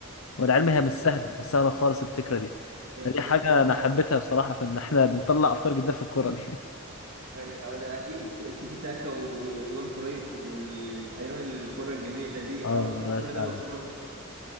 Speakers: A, on the left; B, on the right.
A: والعلم هي مش
B: بالظبط
A: سهله مش سهله خالص الفكره دي فدي
B: هي مش
A: حاجه
B: سهل خالص
A: انا حبيتها بصراحه في ان احنا بنطلع افكار جديده في الكوره دي <laughs>
B: أي- اه ده اكيد التيكي تاكا ويوان كرويف والايام الكره الجميله دي
A: اه
B: اه
A: والله
B: اكيد كل
A: فعلا
B: ده برشلونه طبعا